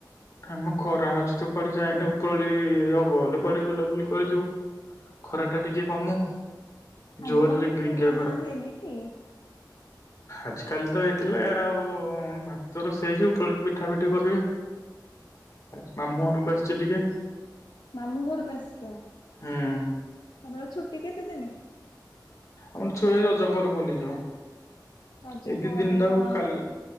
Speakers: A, on the left (about 45°); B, on the left (about 75°).
A: ଆମ ଖରା ହଉଛି ତୁ କୁଆଡେ ଯାଇନି। ଉପରଳି ହବ ହେଲେ କୁଆଡେ ବୁଲାବୁଲି କରିିଯିବୁ। ଖରା ଟା ଟିକେ କମୁ।
B: ଆଜି
A: ଜୋରରେ
B: କଣ ପିଠା
A: ଗିରିଗିଆ
B: ବନା ହେଇନି କି?
A: ଆଜ କାଲି ତ ହେଇଥିଲା ଆଉ ଭାତ ର ସେଇ ଯୋଉ ଉପରଇଳିକି ପିଠା ପିଠି କରିବେ। ଆ ମାମୁଁ ଘରକୁ ଆ ସେ ଟିକେ
B: ମାମୁଁ ଘରକୁ ଆସିଛ
A: ହୁଁ।
B: ତମର ଛୁଟି କେତେ ଦିନ।
A: ଆମର ଛୁଆ ରଜ ପରେ ଖୋଲିଯିବ।
B: ରଜ
A: ଏଇ
B: ପରେ
A: ଦି ଦିନଟା
B: କଣ
A: ଆଉ କାଲି